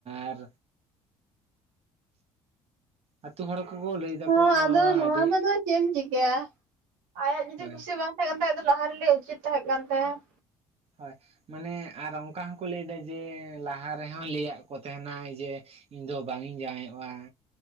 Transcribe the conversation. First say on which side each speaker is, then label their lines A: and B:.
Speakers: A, on the right (about 45°); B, on the right (about 80°).
A: ᱟᱨ ᱟᱹᱛᱩ ᱦᱚᱲ ᱠᱚᱠᱚ ᱞᱟᱹᱭ ᱫᱟᱠᱚ
B: ᱦᱚᱸ ᱟᱫᱚ ᱱᱚᱣᱟ
A: ᱟᱹᱰᱤ
B: ᱨᱮᱫᱚ ᱪᱮᱫ ᱮᱢ ᱪᱤᱠᱟᱹᱭᱟ ᱟᱭᱟᱜ ᱡᱩᱫᱤ
A: ᱦᱳᱭ
B: ᱠᱩᱥᱤ ᱵᱟᱝ ᱛᱟᱦᱮᱸ ᱠᱟᱱ ᱛᱟᱭ ᱠᱷᱟᱡ ᱫᱚ ᱞᱟᱦᱟ ᱨᱮ ᱞᱟᱹᱭ ᱩᱪᱤᱛ ᱛᱟᱦᱮᱸ ᱠᱟᱱ ᱛᱟᱭᱟ ᱾
A: ᱦᱳᱭ ᱢᱟᱱᱮ ᱟᱨ ᱚᱱᱠᱟ ᱦᱚᱸᱠᱚ ᱞᱟᱹᱭᱫᱟ ᱡᱮ ᱞᱟᱦᱟ ᱨᱮ ᱦᱚᱸᱭ ᱞᱟᱹᱭᱼᱟᱜ ᱠᱚ ᱛᱟᱦᱮᱱᱟᱭ ᱡᱮ ᱤᱧ ᱫᱚ ᱵᱟᱝ ᱤᱧ ᱡᱟᱸᱣᱟᱭᱚᱜᱼᱟ